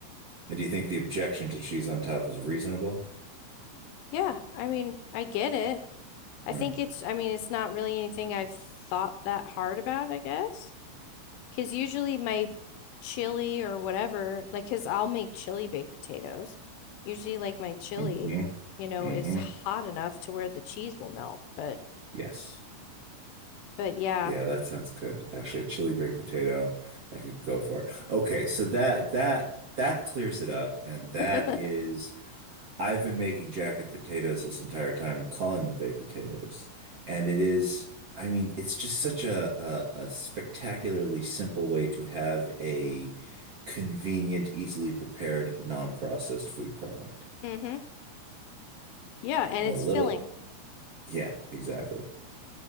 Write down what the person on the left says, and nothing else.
Yeah, I mean, I get it. I
think it's I mean, it's not really anything I've thought that hard about, I guess. Because usually my chili or whatever, like, because I'll make chili baked potatoes. Usually, like, my chili,
you know,
is hot enough to where the cheese will melt. But,
but yeah.
<laughs>
hmm Yeah. And
it's
filling.